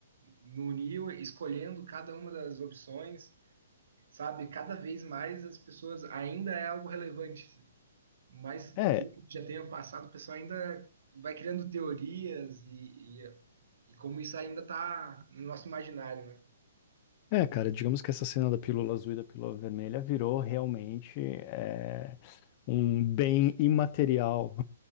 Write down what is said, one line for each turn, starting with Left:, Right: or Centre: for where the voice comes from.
Right: no Neo, escolhendo cada uma das opções, sabe? Cada vez mais as pessoas ainda é algo relevante, mas
Left: É,
Right: pelo já tenha passado, o pessoal ainda vai criando teorias e, E como isso ainda está no nosso imaginário, né?
Left: é, cara, digamos que essa cena da pílula azul e da pílula vermelha virou realmente é, um bem imaterial